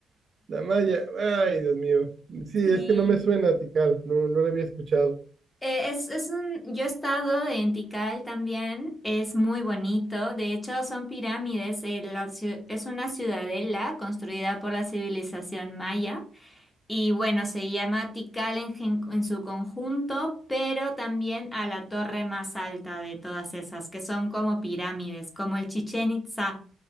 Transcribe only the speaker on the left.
Sí.
Eh, es, es un, yo he estado en Tikal también, es muy bonito, de hecho son pirámides, eh, la ciu- es una ciudadela construida por la civilización maya. Y bueno, se llama Tikal en, gen- en su conjunto, pero también a la torre más alta de todas esas, que son como pirámides, como el Chichén Itzá,